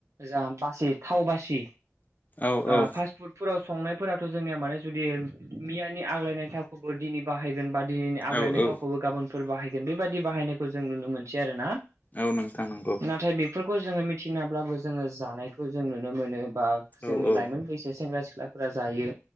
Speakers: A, on the right; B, on the left.
A: जा बासि थाव बासि
B: औ
A: ओ
B: औ
A: फास फुड फोराव संनायफोराथ' जोंनिया माने जुदि मियानि आग्लायनाय थावखौबो दिनै बाहाय बा दिनैनि आग्लायनाय
B: औ औ
A: थावखौबो गाबोनफोर बाहायगोन बेबायदि बाहायनायखौ जों नुनो मोनसै आरो ना।
B: औ नोंथां नंगौ।
A: नाथाय बेफोरखौ जोङो मिथियैब्लाबो जोङो जानायखौ जों नुनो मोनो बा जोंनि
B: औ औ
A: लाइमोन बैसो सेंग्रा सिख्लाफोरा जायो